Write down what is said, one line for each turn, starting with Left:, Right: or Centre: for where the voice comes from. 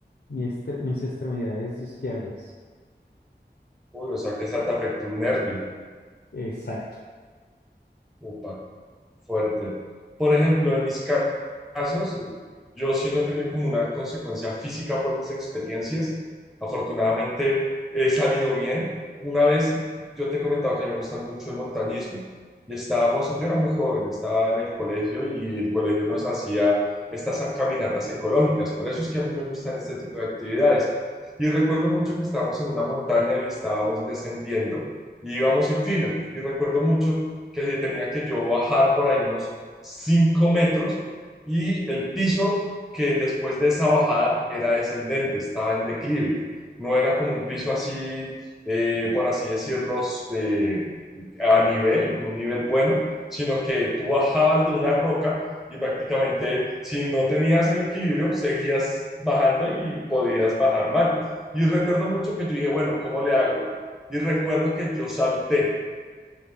Left: mi extre- mis extremidades izquierdas.
Centre: uy, o sea que esa te afectó un nervio.
Left: Exacto.
Centre: Upa. fuerte. Por ejemplo, en mis ca- casos, yo sí no he tenido como una consecuencia física por mis experiencias. Afortunadamente he salido bien. Una vez yo te he comentado que a mí me gustan mucho el montañismo y estábamos, yo era muy joven, estaba en el colegio y el colegio nos hacía estas caminatas ecológicas. Por eso es que a mí me gustan este tipo de actividades. Y recuerdo mucho que estábamos en una montaña y estábamos descendiendo y íbamos en fila. Y recuerdo mucho que se tenía que yo bajar por ahí unos cinco metros y el piso que después de esa bajada era descendente, estaba en declive. No era como un piso así, eh, por así decirlo, eh, a nivel, en un nivel bueno, sino que tú bajabas de una roca y prácticamente si no tenías el equilibrio, seguías bajando y podías bajar mal. Y recuerdo mucho que yo dije, bueno, ¿cómo le hago? Y recuerdo que yo salté